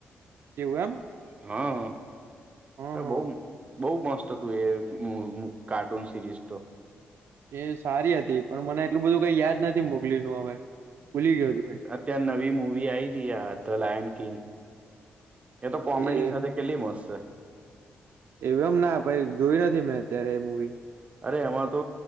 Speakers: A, on the right (about 70°); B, on the right (about 30°).
A: એવું એમ
B: હા
A: હ હ
B: બહુ બહુ મસ્ત હતું એ કાર્ટૂન સિરીઝ તો
A: એ સારી હતી પણ મને એટલું બધું કઈ યાદ નથી મોગલી નુ હવે ભૂલી ગયો છે ભાઈ
B: જે આ નવી મુવી આઈ તી આ ધ લાયન કિંગ એ તો કોમેડી
A: એ
B: સાથે કેટલી મસ્ત છે
A: એવ એમ ના પાઈ જોય નથી મેં અત્યારે એ મવી
B: અરે એમાં તો